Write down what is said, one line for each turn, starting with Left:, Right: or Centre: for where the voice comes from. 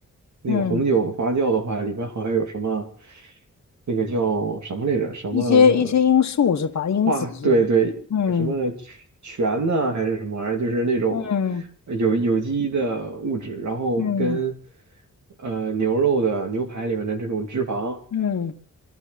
Right: 那个红酒发酵的话，
Left: 嗯，
Right: 里边好像有什么，那个叫什么来着？什么
Left: 一些一些因素是吧？因子是，
Right: 化？对对，
Left: 嗯
Right: 什么醛呐、还是什么玩意儿？就是那种呃有有机的物质，
Left: 嗯
Right: 然后跟
Left: 嗯
Right: 呃牛肉的牛排里面的这种脂肪。
Left: 嗯，